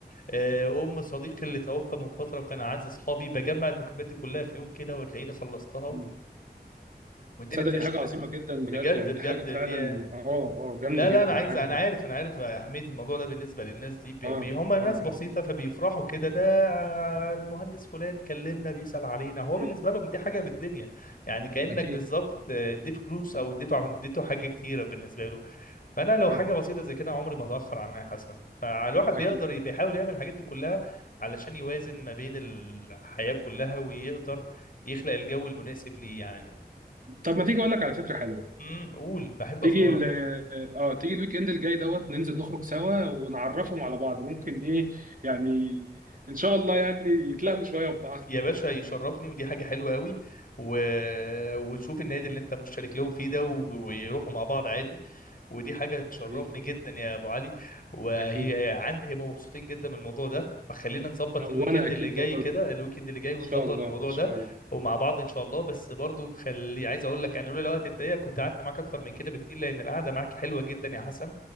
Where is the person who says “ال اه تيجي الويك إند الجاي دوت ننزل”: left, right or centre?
Right